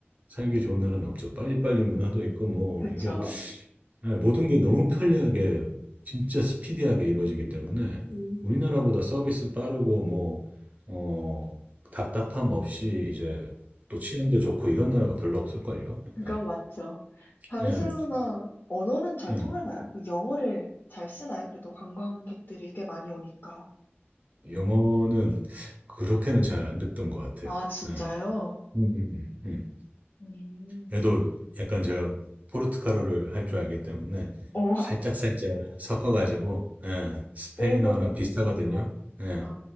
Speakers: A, on the right; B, on the left.
A: 살기 좋은 나라는 없죠. 빨리빨리 문화도 있고 뭐
B: 그쵸.
A: 이게 예, 모든 게 너무 편리하게 진짜 스피디하게 이루어지기 때문에
B: 음.
A: 우리나라보다 서비스 빠르고 뭐 어, 답답함 없이 이제 또 치안도 좋고 이런 나라가 별로 없을걸요.
B: 그건
A: 예,
B: 맞죠. 바르셀로나
A: 예,
B: 언어는 잘
A: 음.
B: 통하나요? 그 영어를 잘 쓰나요? 그래도 관광객들이 꽤 많이 오니까.
A: 영어는 그렇게는 잘 안 됐던 것 같아요.
B: 아, 진짜요?
A: 예, 음, 음, 음, 음.
B: 음,
A: 그래도 약간 제가 포르투갈어를 할 줄 알기 때문에
B: 어, <laughs>
A: 살짝살짝 섞어가지고 예, 스페인어랑
B: 일본,
A: 비슷하거든요.
B: 음,
A: 예,
B: 아,